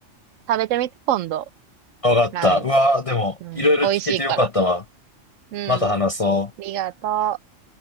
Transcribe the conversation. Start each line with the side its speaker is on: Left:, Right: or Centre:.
Right: 食べてみて、今度。
Left: わかった。
Right: ラーメン。
Left: うわあ、でも、
Right: うん。
Left: いろいろ聞けてよかったわ。
Right: 美味しいから。うん。
Left: また話そう。
Right: ありがとう。